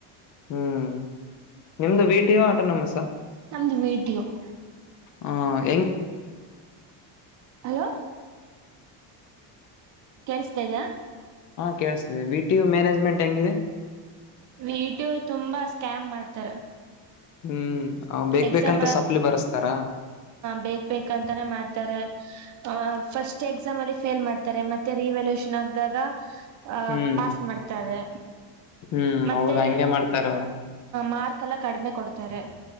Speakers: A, on the left (about 40°); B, on the right (about 40°).
A: ಹ್ಮ್, ನಿಮ್ದು ವೀಟಿಯೋ, ಆಟೋ ನಮಸ್
B: ನಮ್ದ ವೀಟು <inaudible>
A: ಹಾ ಹೆಂಗ <unintelligible>
B: ಹಲೋ, ಕೇೇಳಸ್ತಾದೀಯಾ
A: ಹಾ, ಕೇಳಸ್ತಿದೆ. ವಿ, ಟಿ, ಯು ಮ್ಯಾನೇಜ್ಮೆಂಟ್ ಹೆಂಗಿದೆ.
B: ವಿಟಿ, ಯು ತುಂಬಾ ಸ್ಕ್ಯಾಮ್ ಮಾಡ್ತಾರ.
A: ಹ್ಮ್, ಅವ್ ಬೇಕ್
B: ಎಕ್ಸಾಮ್
A: ಬೇಕಂತ ಸಪ್ಲಿ ಬರಸ್ತಾರ
B: ಬೇಕು, ಬೇಕಂತಾನೇ ಮಾಡ್ತಾರೆ. ಆ ಫಸ್ಟ್ ಎಕ್ಸಾಮ್ ಅಲ್ಲಿ ಫೇಲ್ ಮಾಡ್ತಾರೆ. ಮತ್ತೆ ರಿವ್ಯಾಲ್ಯೂಷನ್ ಆಕ್ದಾಗ. ಆ
A: ಹ್ಮ್
B: ಪಾಸ್ ಮಾಡ್ತಾರೆ.
A: ಹ್ಮ್
B: ಮತ್ತೆ
A: ಹೌದು ಹಂಗೆ ಮಾಡ್ತಾರ ಅವ್ರು
B: ಮಾರ್ಕ್ <inaudible> ಕಡಿಮೆ ಕೊಡ್ತಾರೆ